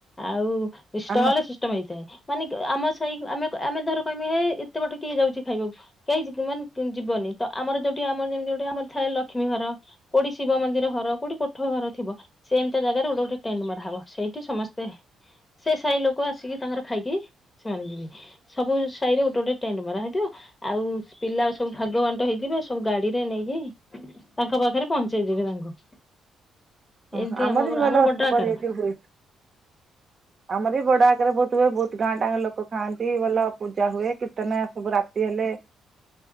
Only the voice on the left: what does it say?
ଆଉ ଷ୍ଟଲ
ସି ଷ୍ଟମ ହେଇଥାଏ। ମାନେ ଆମ ସାହି ଆମେ ଆମେ ଧର କହିବୁ ହେ, ଏତେ ଵାଟ କିଏ ଯାଉଛି ଖାଇବାକୁ? କେହି ଯି ମାନେ ଯିବନି, ତ ଆମର ଯୋଉଠି ଆମର ଯେମିତି ଯୋଉଠି ଆମର ଥାଏ ଲକ୍ଷ୍ମୀ ଘର। କୋଉଠି ଶିବ ମନ୍ଦିର ହର, କୋଉଠି କୋ କୋଠ ଘର ଥିବ, ସେମିତିଆ ଜାଗାରେ ଗୋଟେ ଗୋଟେ ଟେଣ୍ଡେ ମରାହେବ। ସେଇଠି ସମସ୍ତେ ସେ ସାହି ଲୋକ ଆସିକି ତାଙ୍କର ଖାଇକି ସେମାନେ ଯିବେ। ସବୁ ସାହି ରେ ଗୋଟେ ଗୋଟେ ଟେଣ୍ଡେ ମରା ହେଇଥିବ ଆଉ ପିଲା ସବୁ ଭାଗବାଣ୍ଟ ହେଇଯିବେ। ସବୁ ଗାଡିରେ ନେଇକି ତାଙ୍କ ପାଖରେ ପହଞ୍ଚେଇ ଦେବେ ତାଙ୍କୁ।
ଏମିତି
ବଡ ଆକାର